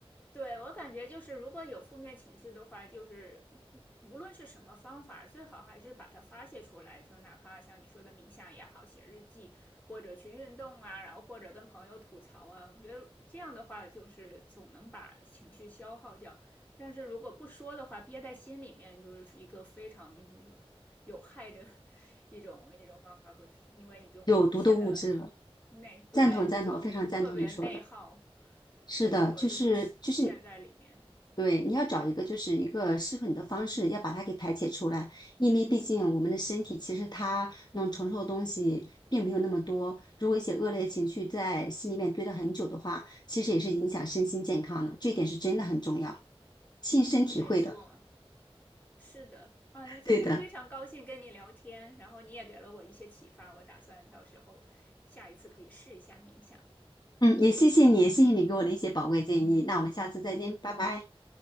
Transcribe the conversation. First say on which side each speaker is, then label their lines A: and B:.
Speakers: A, on the left; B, on the left.
A: 对，我感觉就是如果有负面情绪的话，就是无论是什么方法，最好还是把它发泄出来，就哪怕像你说的冥想也好，写日记，或者去运动啊，然后或者跟朋友吐槽啊，我觉得这样的话就是总能把情绪消耗掉。但是如果不说的话，憋在心里面就是一个非常就是有害的 <laughs> 一种一种方法，可是因为你就会无限的
B: 有毒的物质了。
A: <laughs> 内，对，
B: 赞同赞同，
A: 你就特别内耗。
B: 非常赞同你说的。是的，
A: 没错，
B: 就是就是
A: 就会陷陷在里面。
B: 对，你要找一个就是一个适合你的方式，要把它给排解出来。因为毕竟我们的身体其实它能承受的东西并没有那么多。如果一些恶劣情绪在心里面堆了很久的话，其实也是影响身心健康的。这一点是真的很重要，亲身体会的。
A: 没错，是的。啊，那今天非常高兴跟你聊天，
B: 对的，
A: 然后你也给了我一些启发，我打算到时候下一次可以试一下冥想。
B: 嗯，也谢谢你，谢谢你给我的一些宝贵建议。那我们下次再见，拜拜。